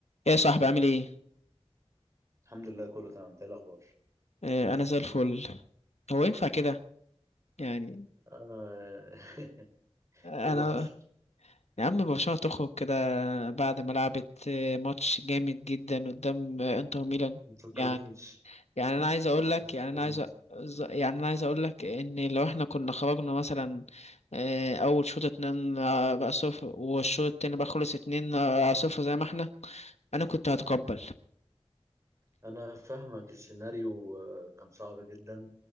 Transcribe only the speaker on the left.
ايه يا صاحبي عامل ايه
آه انا زي الفل هو ينفع كده يعني
انا
يا عم برشلونة تخرج كده بعد ما لعبت آه، ماتش جامد جدا قدام آه، انتر ميلان
يعني يعني انا عايز اقول لك
يعني انا عايز أ- ز- يعني انا عايز اقول لك ان لو احنا كنا خرجنا مثلا آه، اول شوط اتنين آه، بقى صفر والشوط التاني بقى خلص اتنين آه، صفر زي ما احنا انا كنت هتقبل